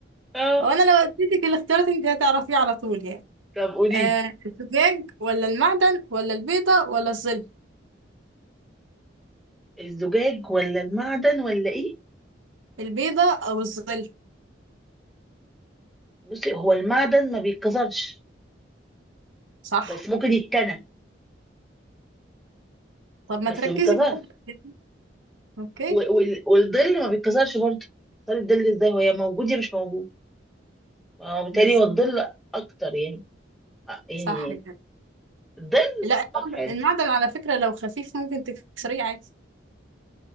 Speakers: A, in the centre; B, on the right.
A: عارفة
B: هو انا لو اديتك الاختيارات انت هتعرفيه على طول يعني
A: طب قولي
B: آه
A: لي،
B: الزجاج ولا المعدن ولا البيضة ولا الظل
A: الزجاج ولا المعدن ولا ايه
B: البيضة او الظل
A: بصي هو المعدن ما بيتكسرش
B: صح
A: بس ممكن يتكنى
B: طب ما
A: بس
B: تركزي
A: ما بيتكسرش
B: في واحدة. اوكي
A: و- وال- والظل ما بيتكسرش برضه تكسري الظل ازاي وهي موجود يا مش موجود اه بالتالي
B: بس-
A: هو الظل اكتر يعني آه، يعني
B: صح كده
A: الظل
B: لا
A: طب
B: المعدن
A: حلو
B: المعدن على فكرة لو خفيف ممكن تكسريه عادي